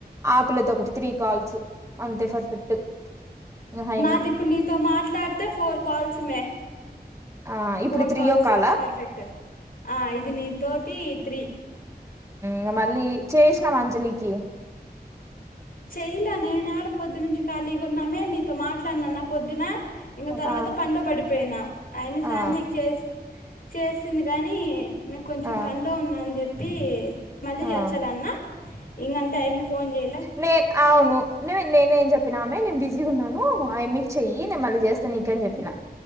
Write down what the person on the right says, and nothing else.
ఆ పిల్లతో ఒకటి త్రీ కాల్స్ అంతే ఫర్ఫెక్ట్ ఇగ హైమ
ఆ ఇప్పుడు
త్రియో
కాలా
మ్ మళ్ళీ చేసినాం అంజలికి
ఆ
ఆ
ఆ
ఆ
నే అవును నేనే ఏం జెప్పినామె నేను బిజీ ఉన్నాను ఆమీ చెయ్యి నేను మళ్ళీ జేస్తా నీకని జెప్పినా